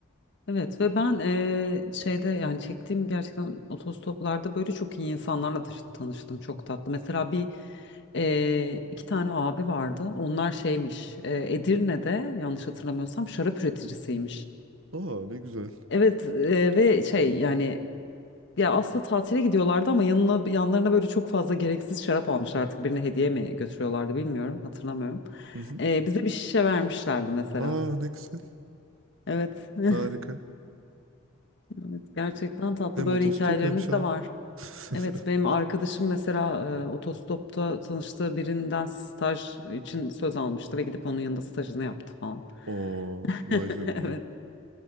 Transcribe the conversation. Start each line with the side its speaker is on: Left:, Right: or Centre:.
Left: evet ve ben e, şeyde yani çektiğim gerçekten otostoplarda böyle çok iyi insanlarla tanış- tanıştım çok tatlı. Mesela bir e, iki tane abi vardı. Onlar şeymiş e, Edirne'de yanlış hatırlamıyorsam şarap üreticisiymiş.
Right: Aa ne güzel.
Left: Evet e, ve şey yani ya aslında tatile gidiyorlardı ama yanına yanlarına böyle çok fazla gereksiz şarap almışlar artık birine hediye mi götürüyorlardı bilmiyorum hatırlamıyorum.
Right: Hı hı.
Left: E, bize bir şişe vermişlerdi mesela.
Right: Aa ne güzel.
Left: Evet. <laughs>
Right: Harika.
Left: Evet gerçekten tatlı
Right: Hem
Left: böyle
Right: otostop
Left: hikayelerimiz
Right: hem şarap.
Left: de var.
Right: <laughs>
Left: Evet benim arkadaşım mesela e, otostopta tanıştığı birinden staj için söz almıştı ve gidip onun yanında stajını yaptı falan.
Right: Oo
Left: <laughs>
Right: vay canına.
Left: Evet